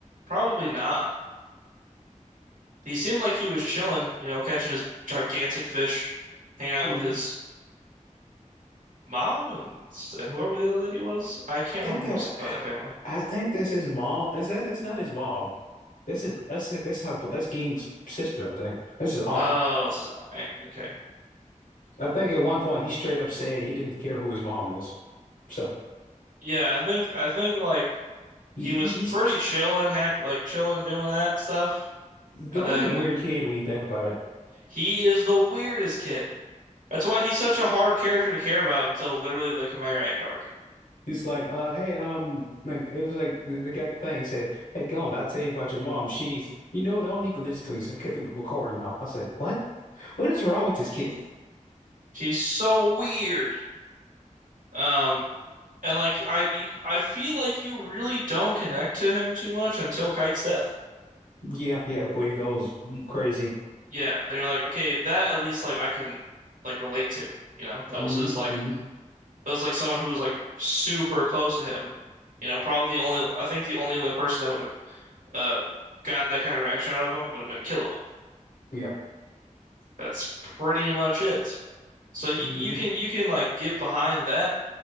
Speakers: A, on the right; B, on the left.
A: Probably not. He seemed like he was chilling, you know, catching his gigantic fish, hanging out
B: hmm
A: with his mom and and whoever the other lady was. I can't
B: I think
A: remember
B: that
A: who's part of that family.
B: I think this is mom. Is that that's not his mom? This is that's that's her that's Ging's sister. I think this is aunt.
A: Oh, it's his aunt. Okay.
B: I think at one point he straight up said he didn't care who his mom is. So
A: Yeah, I think I think like
B: he,
A: he was
B: he he's
A: pretty chill and happy, like chilling doing that stuff.
B: Gong's
A: And then
B: a weird kid when you think about it.
A: he is the weirdest kid. That's why he's such a hard character to care about until literally the Khmer Ant arc.
B: He's like, uh, hey, um, like it was like they they got the thing. He said, hey, Gong, I'll tell you about your mom. She's, you know what? I don't need to listen to this. I kept the recording off. I said, what? What is wrong with this kid?
A: He's so weird. Um, And like I I feel like you really don't connect to him too much until Kite's death.
B: Yeah, yeah, Quiddy goes crazy.
A: Yeah, then you're like, okay, that at least like I can like relate to, you know? That
B: hmm
A: was his like
B: hmm
A: that was like someone who was like super close to him. You know, probably the only I think the only other person that would have uh got that kind of reaction out of him would have been Killua.
B: Yeah.
A: That's pretty much it. So you
B: hmm
A: you can you can like get behind that